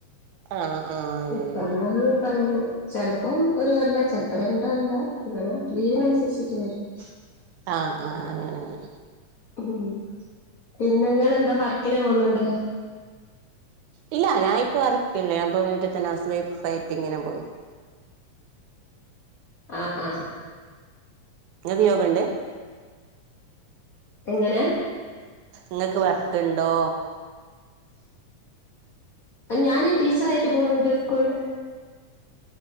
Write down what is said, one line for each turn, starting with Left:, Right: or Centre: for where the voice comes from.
Right: ആഹ് ആഹ് അങ്ങനെ
Left: ഇപ്പം അങ്ങന്നെന്നും <unintelligible> ചെലപ്പം ഒരു കൊല്ലം ചിലപ്പോ രണ്ട് കൊല്ലം അങ്ങനെ ലീവിനനുസരിച്ചിട്ട് വരും
Right: ആഹ് ആഹ് അങ്ങനങ്ങെന.
Left: ഉം. പിന്നെങ്ങള് ന്താ വർക്കിന് പോവുന്നുണ്ടോ?
Right: ഇല്ല ഞായിപ്പ വർക്കില്ല. ഞാപ്പോ വീട്ടിതന്നെ ഹൗസ് വൈഫ് ആയിട്ടിങ്ങനെ പോവുന്നു.
Left: ആ ആ.
Right: ങ്ങക്ക് <unintelligible> ണ്ട്?
Left: എങ്ങനെ?
Right: ങ്ങക്ക് വർക്കുണ്ടോ?
Left: ഞാന് ടീച്ചറായിട്ട് പോവുന്നുണ്ട് സ്കൂളില്.